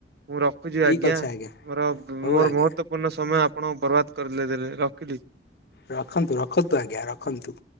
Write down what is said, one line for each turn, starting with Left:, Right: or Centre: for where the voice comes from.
Right: ମୁଁ ରଖୁଚି
Left: ଠିକ୍
Right: ଆଜ୍ଞା
Left: ଅଛି
Right: ମୋର
Left: ହଉ
Right: ମୋର
Left: ଆଜ୍ଞା
Right: ମହତ୍ୱପୂର୍ଣ୍ଣ ସମୟ ଆପଣ ବର୍ବାଦ କରିିଲେ ଦେଲେ ରଖିଲି।
Left: ରଖନ୍ତୁ ରଖନ୍ତୁ ଆଜ୍ଞା ରଖନ୍ତୁ।